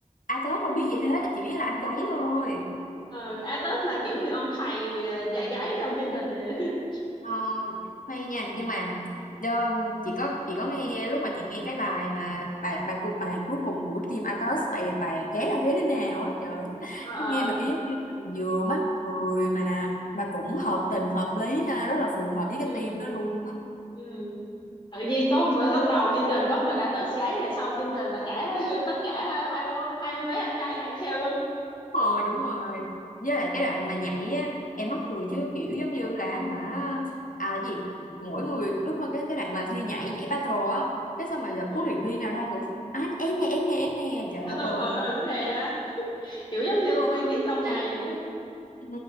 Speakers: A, on the left; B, on the left.
A: ăn Tết không biết gì hết, chỉ biết là ăn gáy thôi.
B: ờ a tết là kiểu như ông thầy ờ, dạy gáy trong chương trình vậy <laughs>
A: Ờ, hay nha nhưng mà đơ, chị có chị có nghe lúc mà chị nghe cái bài mà bài bài cuộc bài cuối cùng của team Atos bài là bài gáy là gáy thế nào á trời ơi.
B: ờ ờ
A: em nghe mà kiểu giống như vừa mắc cười mà mà cũng hợp tình hợp lý ha rất là phù hợp với
B: ừ
A: cái team đó luôn
B: ừ tự nhiên có một lúc đầu chương trình có một mình a tết gáy rồi sau chương trình là cả <laughs> tất cả hai mươi bốn- hai mươi mấy anh trai gáy theo luôn
A: Đúng rồi đúng rồi Với lại cái đoạn mà nhảy á Em mắc cười chứ kiểu giống như là hả À cái gì Mỗi người lúc mà cái cái đoạn mà thi nhảy Nhảy battle á Cái xong rồi gặp
B: ừ
A: huấn luyện viên nào ra cũng Anh em nè em nè em nè Trời
B: ừ
A: đất ơi
B: ừ ừ, thì à, kiểu giống như
A: Ừ,
B: quen biết lâu ngày
A: tao luôn.
B: vậy
A: Ừ.